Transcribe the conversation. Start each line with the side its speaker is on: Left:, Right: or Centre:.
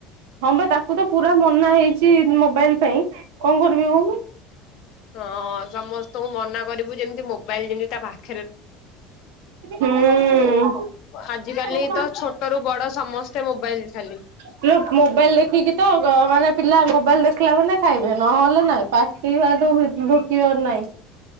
Right: ହଁ ପା ତାକୁ ତ ପୁରା ମନା ହେଇଛି ମୋବାଇଲ ପାଇଁ, କଣ କରିବି କଉନୁ?
Left: ହଁଅଅ ସମସ୍ତଙ୍କୁ ମନା କରିବୁ ଯେମିତି ମୋବାଇଲ ଯେମିତି ତା ପାଖ
Right: ହୁଁ ଉଁ
Left: ଆଜିକାଲି
Right: ଉଁ,
Left: ତ ଛୋଟରୁୁ ବଡ ସମସ୍ତେ ମୋବାଇଲ ଖାଲି।
Right: <inaudible> ମୋବାଇଲ୍ ଦେଖିକି ତ ମାନେ ପିଲା ମୋବାଇଲ ଦେଖିଲା ମାନେ ଖାଇବେ ନହେଲେ ନାଇଁ ପାଟି <inaudible> ଢୁକିବାର ନାଇଁ।